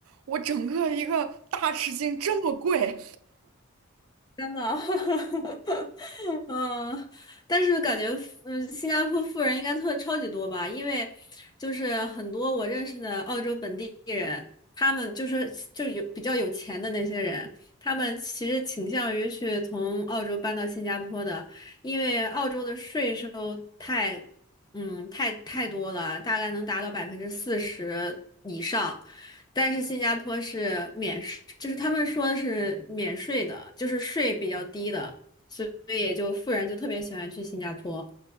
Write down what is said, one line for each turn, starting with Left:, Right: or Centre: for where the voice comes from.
Right: 我整个一个大吃惊，这么贵！
Left: 天呐，<laughs> 嗯，但是感觉，嗯，新加坡富人应该特超级多吧？因为就是很多我认识的澳洲本地人，他们就是就有比较有钱的那些人，他们其实倾向于去从澳洲搬到新加坡的，因为澳洲的税收太，嗯，太太多了，大概能达到百分之四十以上。但是新加坡是免税，就是他们说是免税的，就是税比较低的，所以也就富人就特别喜欢去新加坡